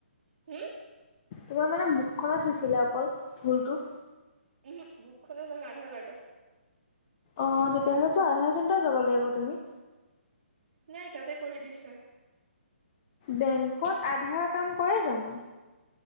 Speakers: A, on the right; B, on the left.
A: হুম,
B: তোমাৰ মানে মুখ খনত হৈছিলে অকল ভুলটো।
A: উম, বুক খনো নহয় আধাৰ কাৰ্ডৰ।
B: অ', তেতিয়া হ'লেতো আধাৰ চেণ্টাৰ যাব লাগিব তুমি।
A: নাই তাতে কৰি দিছে।
B: বেংকত আধাৰৰ কাম কৰে জানো?